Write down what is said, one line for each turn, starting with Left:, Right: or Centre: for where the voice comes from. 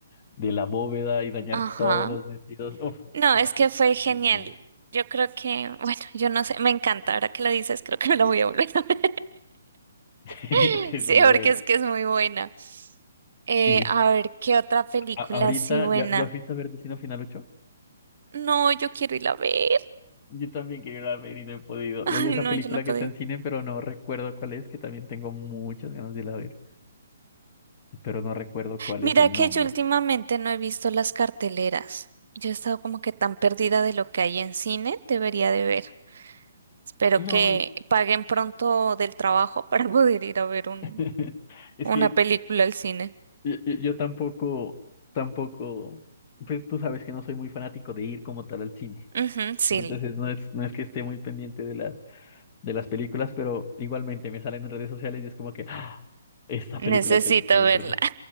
Left: de la bóveda y dañar
Right: Ajá.
Left: todos los vestidos, uff,
Right: No,
Left: no,
Right: es que
Left: es
Right: fue genial.
Left: muy bueno. <laughs>
Right: Yo creo que, <laughs> bueno, yo no sé, me encanta. Ahora que lo dices, creo que me la voy a volver a ver.
Left: Sí,
Right: <laughs>
Left: Es que
Right: Sí,
Left: es muy bueno.
Right: porque es que es muy buena. Eh,
Left: Y yo,
Right: a ver, ¿qué otra película
Left: a- ahorita,
Right: así buena?
Left: ¿ya, ya fuiste a ver Destino Final Ocho,
Right: No, yo quiero ir a ver.
Left: Yo también quería ir a ver y no he podido.
Right: <laughs> Ay,
Left: Y hay otra
Right: no,
Left: película
Right: yo no he podido.
Left: que está en cine, pero no recuerdo cuál es, que también tengo muchas ganas de ir a ver, pero no recuerdo cuál
Right: Mira
Left: es el
Right: que
Left: nombre.
Right: yo últimamente no he visto las carteleras. Yo he estado como que tan perdida de lo que hay en cine, debería de ver. Espero
Left: No,
Right: que paguen pronto del trabajo <laughs> para poder ir a ver un,
Left: <laughs> es
Right: una
Left: que
Right: película al cine.
Left: Yo, yo- yo tampoco, tampoco, pues tú sabes que no soy muy fanático de ir como tal al cine.
Right: Ujú, sí,
Left: ¿no? Entonces no es, no es que esté muy pendiente de las, de las películas, pero igualmente me salen en redes sociales y es como que, "Ah, esta
Right: necesito
Left: película tengo que verla.
Right: verla.